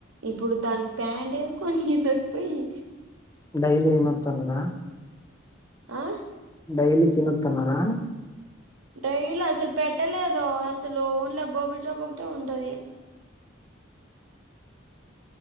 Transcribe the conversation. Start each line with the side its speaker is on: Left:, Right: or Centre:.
Right: ఇప్పుడు దానికి టైమ్ తీస్కొని ఇందక్ పోయి
Left: డైలీ విమత్ గదా
Right: ఆ
Left: డైలీ తినతిన్నారా
Right: డైలీ అసల్ పెట్టలేదు ఓన్లీ ఆ గోబీ షాప్ ఒక్టి ఉంటంది